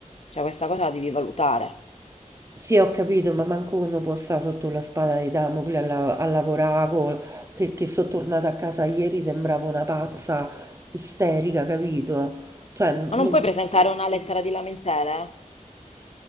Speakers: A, on the left (about 50°); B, on the right (about 20°).
A: Cioè, questa cosa la devi valutare.
B: Sì, ho capito, ma manco uno può stare sotto la spada di Damocle a, la- a lavorare, col- che, che sono tornata a casa ieri sembravo una pazza isterica, capito? Cioè, n-
A: Ma non
B: non-
A: puoi presentare una lettera di lamentele, eh?